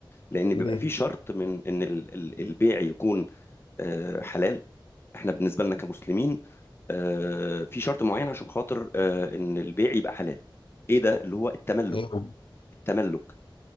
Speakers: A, on the left; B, on the left.
A: لان بيبقى
B: ليه؟
A: في شرط من ان ال- ال- البيع يكون آه، حلال احنا بالنسبه لنا كمسلمين آه، في شرط معين عشان خاطر آه، ان البيع يبقى حلال ايه ده اللي هو التملك
B: ايه هو؟
A: التملك